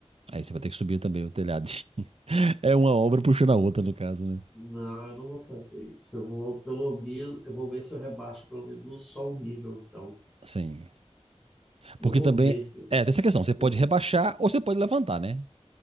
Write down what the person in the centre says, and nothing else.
Não, eu não vou fazer isso. Eu vou, pelo menos, eu vou ver se eu rebaixo pelo menos só um nível, então.
Eu
vou
ver. Eu,
eu,